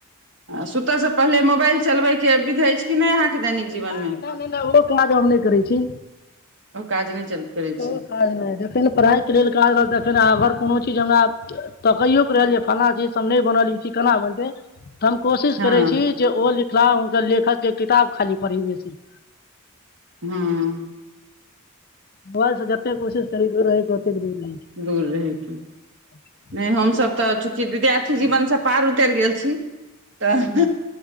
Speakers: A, on the right; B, on the left.
A: <unintelligible> आ सुतयसँ पहिले मोबाइल चलबैके विध अछि कि नहि अहाँके। <unintelligible> जीवनमे
B: नहि -नहि -नहि -नहि ओहो काज हम नहि करै छी।
A: ओ काज नहि चल करै
B: कोनो
A: छी। <unintelligible>
B: काज नहि जखन पढ़ाइके लेल काज रहल तखन अगर कोनो चीज हमरा तकैयओके रहल जे फल्लाना चीज हम नहि बनल ई च केना बनतै। <unintelligible> हम कोशिश
A: हँ
B: करै छी जे ओ। <unintelligible> मिथिला हुनकर लेखक के किताब खाली पढ़ी बेस। <unintelligible>
A: हँ। <unintelligible>
B: बस जप्पे कोशिश करी दूर हो। <unintelligible> जरूर नहि।
A: दूर रहैके
B: <unintelligible>
A: नहि हमसभ तऽ चूँकि विद्यार्थी जीवनसँ पार उतरि गेल छी। <unintelligible> तऽ
B: छी